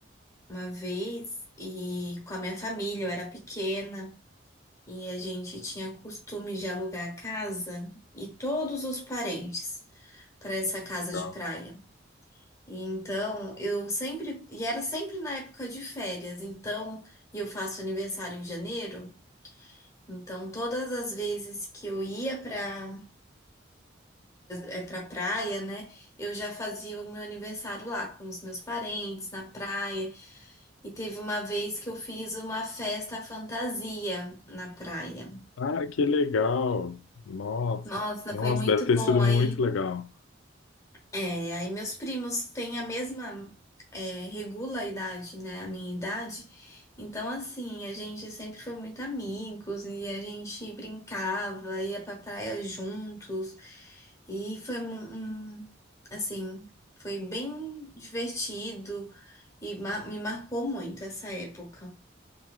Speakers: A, on the left; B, on the left.
A: uma vez, e com a minha família, eu era pequena. E a gente tinha costume de alugar a casa e todos os parentes para essa casa
B: Legal.
A: de praia. E então eu sempre, e era sempre na época de férias, então, e eu faço aniversário em janeiro, então todas as vezes que eu ia para é, para praia, né, eu já fazia o meu aniversário lá com os meus parentes, na praia. E teve uma vez que eu fiz uma festa fantasia na praia.
B: Ah, que legal! Nossa,
A: Nossa,
B: nossa,
A: foi muito
B: deve ter
A: bom
B: sido muito
A: aí.
B: legal.
A: É, aí meus primos têm a mesma, é, regula a idade, né? A minha idade. Então, assim, a gente sempre foi muito amigos e a gente brincava, ia pra praia juntos. E foi um, um- assim, foi bem divertido e ma- me marcou muito essa época,